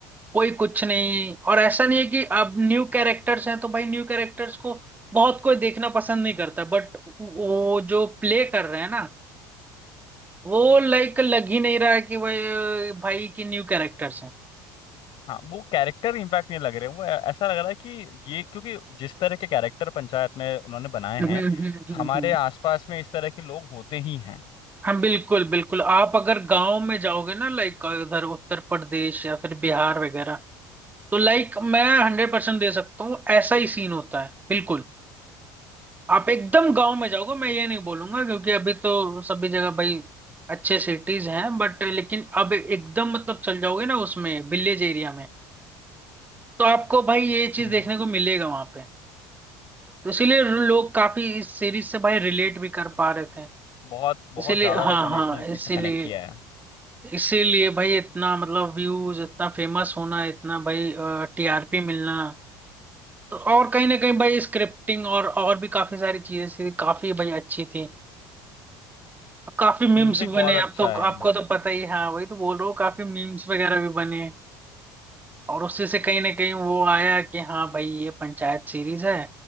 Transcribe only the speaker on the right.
कोई कुछ नहीं और ऐसा नहीं है कि अब न्यू कैरेक्टर्स हैं तो भाई न्यू कैरेक्टर्स को बहुत कोई देखना पसंद नहीं करता बट वो जो प्ले कर रहे हैं ना वो लाइक लग ही नहीं रहा है कि भाई भाई की न्यू कैरेक्टर्स हैं
हम्म
हम्म हम्म
हम्म।
हाँ बिल्कुल बिल्कुल आप अगर गांव में जाओगे ना लाइक इधर उत्तर प्रदेश या फिर बिहार वगैरह तो लाइक मैं हंड्रेड परसेंट दे सकता हूँ ऐसा ही सीन होता है बिल्कुल आप एकदम गांव में जाओगे मैं ये नहीं बोलूंगा क्योंकि अभी तो सभी जगह भाई अच्छे सिटीज हैं बट लेकिन अब एकदम मतलब चल जाओगे ना उसमें विलेज एरिया में तो आपको भाई ये चीज
देखने को मिलेगा वहां पे तो इसीलिए लोग काफी इस सीरीज से भाई रिलेट भी कर पा रहे थे
इसीलिए
हाँ
हाँ
इसीलिए
इसीलिए भाई इतना मतलब व्यूज इतना फेमस होना इतना भाई टीआरपी मिलना तो और कहीं ना कहीं भाई स्क्रिप्टिंग और और भी काफी सारी चीजें थी काफी भाई अच्छी थी अब काफी मीम्स
भी बने
अब तो
आपको तो पता ही है, हाँ वही तो बोल रहा हूँ काफी मीम्स वगैरह भी बने और उससे से कहीं ना कहीं वो आया कि हाँ भाई ये पंचायत सीरीज है